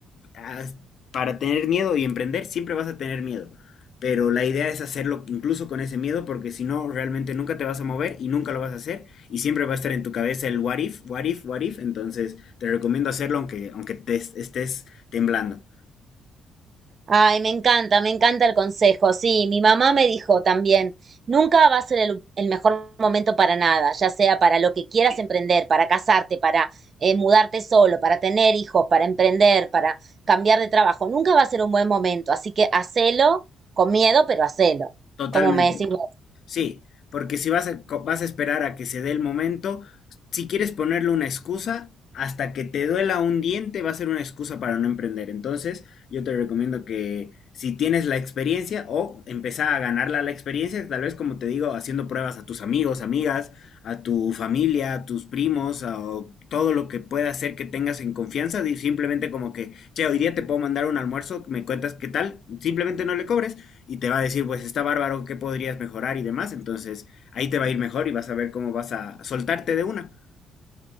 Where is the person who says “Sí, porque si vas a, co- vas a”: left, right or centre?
Left